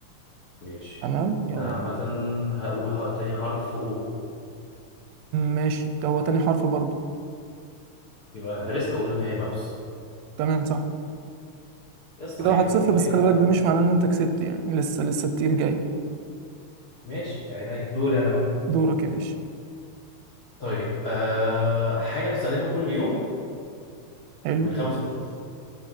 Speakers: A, on the left (about 60°); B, on the right (about 85°).
A: ماشي
B: تمام يلا
A: انا عامة هقول حق... تاني حرف او
B: ماشي ده هو تاني حرف برضه
A: يبقى هريسك اقول ان هي ماوس
B: تمام صح
A: يا اسطى
B: كده
A: عيب
B: واحد
A: بقى
B: صفر
A: عيب
B: بس خلي
A: بقى
B: بالك ده مش معناه ان انت كسبت يعني لسه لسه التقيل جاي
A: ماشي يعني دوري انا بقى
B: دورك يا باشا
A: طيب أه حاجة بستخدمها كل يوم
B: حلو
A: من خمس حروف